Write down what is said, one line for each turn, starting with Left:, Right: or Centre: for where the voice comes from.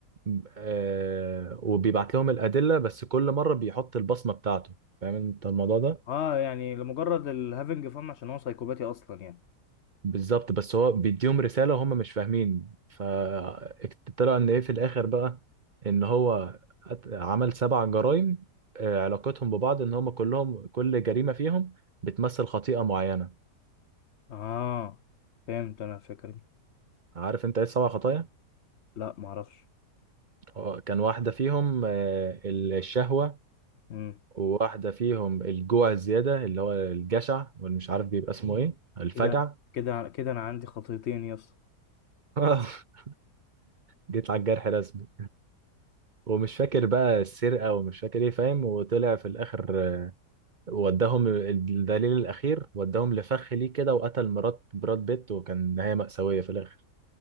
Right: م- آه وبيبعت لهم الأدلة بس كل مرة بيحط البصمة بتاعته فاهم انت الموضوع ده
Left: اه يعني لمجرد الهافنج فن عشان هو سايكوباتي اصلا يعني
Right: بالظبط بس هو بيديهم رسالة وهم مش فاهمين فطلع ان ايه في الآخر بقى ان هو أت- عمل سبع جرائم آه، علاقتهم ببعض ان هم كلهم كل جريمة فيهم بتمثل خطيئة معينة
Left: اه فهمت انا الفكره دي
Right: عارف انت ايه السبع خطايا
Left: لا ما اعرفش
Right: آه، كان واحدة فيهم آه، الشهوة
Left: امم
Right: وواحدة فيهم الجوع الزيادة اللي هو الجشع واللي مش عارف بيبقى اسمه ايه الفجع
Left: كده كده كده انا عندي خطيتين يا اسطى
Right: <laughs> جيت على الجرح رسمي ومش فاكر بقى السرقة ومش فاكر ايه فاهم وطلع في الآخر آه، وداهم الدليل الأخير وداهم لفخ ليه كده وقتل مرات براد بيت وكان نهاية مأساوية في الآخر